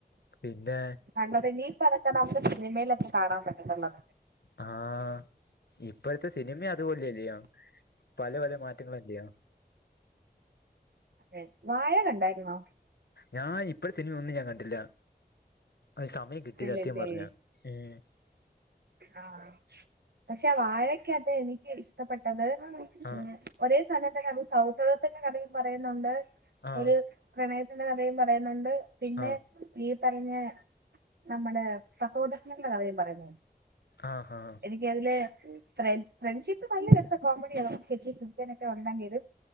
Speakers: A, on the left (about 80°); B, on the right (about 75°).
A: പിന്നേ
B: കണ്ടത് ഇനീപ്പതൊക്കെ നമുക്ക് സിനിമയിലൊക്കേ കാണാൻ പറ്റത്തൊള്ളന്ന്
A: ആഹ് ഇപ്പഴ്ത്തെ സിനിമേം അതുപോലെല്ലിയോ? പല പല മാറ്റങ്ങളല്ലിയോ?
B: അതെ വാഴ കണ്ടായിരുന്നോ
A: ഞാൻ ഇപ്പഴത്തെ സിനിമയൊന്നും ഞാൻ കണ്ടില്ല സമയം കിട്ടിയില്ല
B: ഇല്ലല്ലേ
A: സത്യം പറഞ്ഞ. ഉം
B: ആഹ് പക്ഷെ വാഴക്കാത്ത് എനിക്ക് ഇഷ്ടപ്പെട്ടത് ഉം
A: ആഹ്
B: ഒരേ സമയത്തന്നെ ഒരു സൗഹൃദത്തിന്റെ കഥയും പറയുന്നുണ്ട്
A: ആഹ്
B: ഒരു പ്രണയത്തിന്റെ കഥയും പറയുന്നുണ്ട് പിന്നെ
A: ആഹ്
B: ഈ പറഞ്ഞ നമ്മുടെ സഹോദരന്റെ കഥയും പറയന്നു.
A: ആഹ് ആഹ്.
B: എനിക്ക് അതില് ഫ്രണ്ട് ഫ്രണ്ട്ഷിപ്പ് നല്ല രസ കോമഡിയ <unintelligible> സുത്തേനൊക്കെ വന്നങ്കില്